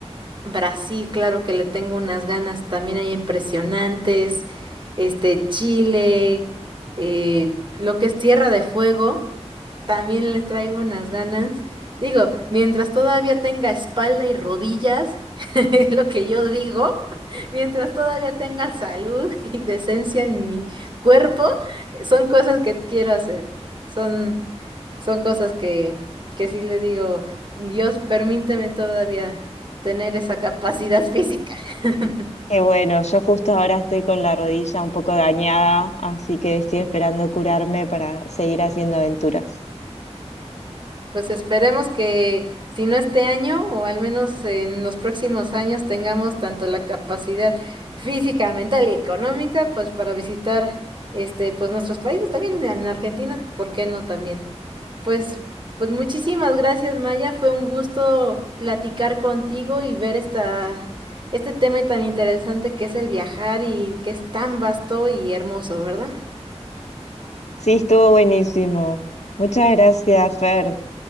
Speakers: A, on the right; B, on the left.
A: Brasil, claro que le tengo unas ganas también ahí impresionantes. Este, Chile, eh, lo que es Tierra de Fuego, también le traigo unas ganas. Digo, mientras todavía tenga espalda y rodillas, <laughs> es lo que yo digo, mientras todavía tenga salud <laughs> y decencia en mi cuerpo, son cosas que quiero hacer. Son, son cosas que, que sí le digo, Dios, permíteme todavía tener esa capacidad física. <laughs>
B: Qué bueno, yo justo ahora estoy con la rodilla un poco dañada, así que estoy esperando curarme para seguir haciendo aventuras.
A: Pues esperemos que si no este año o al menos en los próximos años tengamos tanto la capacidad física, mental y económica pues para visitar este pues nuestros países también en Argentina, ¿por qué no también? Pues pues muchísimas gracias Maya, fue un gusto platicar contigo y ver esta este tema tan interesante que es el viajar y que es tan vasto y hermoso, ¿verdad?
B: Sí, estuvo buenísimo. Muchas gracias, Fer.